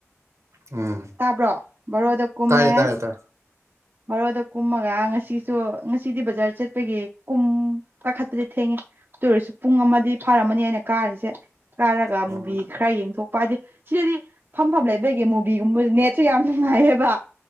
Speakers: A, on the right; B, on the right.
A: ꯎꯝ
B: ꯇꯥꯕ꯭ꯔꯣ ꯕꯔꯣꯗ ꯀꯨꯝꯃꯦ
A: ꯇꯥꯏꯌꯦ ꯇꯥꯏꯌꯦ ꯇꯥꯏ
B: ꯕꯔꯣꯗ ꯀꯨꯝꯃꯒ ꯉꯁꯤꯁꯨ ꯉꯁꯤꯗꯤ ꯕꯖꯥꯔ ꯆꯠꯄꯒꯤ ꯀꯨꯝ ꯀꯥꯈꯠꯄꯗꯤ ꯊꯦꯡꯉꯦ ꯉꯦ ꯑꯗꯨ ꯑꯣꯏꯔꯁꯨ ꯄꯨꯡ ꯑꯃꯗꯤ ꯐꯥꯔꯝꯃꯅꯤ ꯑꯩꯅ ꯀꯥꯔꯤꯁꯦ ꯀꯥꯔꯒ
A: ꯑꯣ
B: ꯃꯨꯚꯤ ꯈꯔ ꯌꯦꯡꯊꯣꯛꯄ ꯍꯥꯏꯗꯤ ꯁꯤꯗꯗꯤ ꯐꯝꯐꯝ ꯂꯩꯕꯒꯤ ꯃꯨꯚ ꯃꯨꯚꯤꯒꯨꯝꯕ ꯅꯦꯠꯁꯨ ꯌꯥꯝ ꯅꯨꯡꯉꯥꯏꯌꯦꯕ